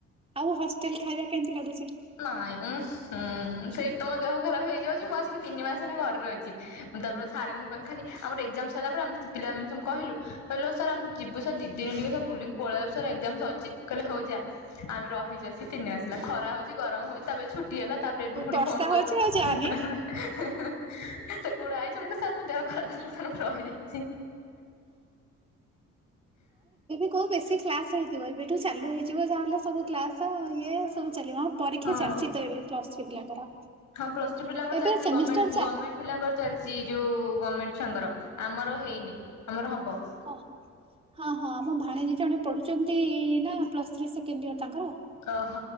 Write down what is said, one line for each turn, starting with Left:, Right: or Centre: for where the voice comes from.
Right: ଆଉ ହଷ୍ଟେଲ ଖାଇବା କେମିତି ଲାଗୁଛି?
Left: ନାଇଁ ହୁଁ ସେଇଠି ତମ ଦେହ ଖରାପ ହେଇଯାଉଚି ମୁଁ ଆସିକି ତିନି ମାସ ହେଲା ଘରେ ରହିଚି। ମୁଁ ତାପରେ ସାର୍ ଙ୍କୁ ଖାଲି ଆମର ଏକ୍ଜାମ ସଇଲା ପରେ ଆମେ ପିଲା ମାନେ ସବୁ କହିଲୁ କହିଲୁ ସାର୍ ଆମେ ଯିବୁ ସାର୍ ଦି ଦିନ ଟିକେ ସାର୍ ବୁଲିକି ପଳେଇ <unintelligible> ସାର୍ ଏକ୍ଜାମ୍ ସରିଛି କହିଲେ ହୋଉ ଯା ଆମେ ରହିଚୁ ଆସିକି ତିନି ମାସ ହେଲା ଖରା ହୋଉଚି ଗରମ ହୋଉଚି ତାପରେ ଛୁ ଟି ହେଲା ତାପରେ ଏବେ ଫୁଣି
Right: ବର୍ଷା
Left: ଫୋନ୍ <unintelligible>
Right: ହଉଛି ଆଉ ଯାନି।
Left: <unintelligible> କୁଆଡେ ଆଇଚ ମୁଁ କହିଲି ସାର୍ ମୋ ଦେହ ଖରାପ ଥିଲା। ସାର୍ ମୁଁ ରହି ଯାଇଛି।
Right: କେଉ ବେଶୀ କ୍ଲାସ୍ ହେଇଥିବ ଏବେଠୁ ଚାଲୁ ହେଇଯିବ ଯାହାଲେ ସବୁ କ୍ଲାସ୍ ଇଏ ସବୁ ଚାଲିବ। ପରୀକ୍ଷା
Left: ହଁ
Right: ଚାଲିଛି ତ ଏବେ ପ୍ଲସ୍ ଥ୍ରୀ ପିଲାଙ୍କର
Left: ହଁ ପ୍ଲସ ଟୁ ପିଲାଙ୍କର
Right: ଏବେ
Left: ଚାଲିଛି
Right: ସେମିଷ୍ଟାର
Left: ଗମେଣ୍ଟ
Right: ଚା
Left: ଗମେଣ୍ଟ ପିଲାଙ୍କର ଚାଲିଚି ଯୋଉ ଗମେଣ୍ଟେ ଛୁଆଙ୍କର ଆମର ହେଇନି ଆମର ହବ।
Right: ଓ ହଁ ହଁ ଆମ ଭାଣୀଜୀ ଜଣେ ପଢୁଚନ୍ତି ନା ପ୍ଲସ୍ ଥ୍ରୀ ସେକେଣ୍ଡ ଇୟର ତାଙ୍କର
Left: ଅଃ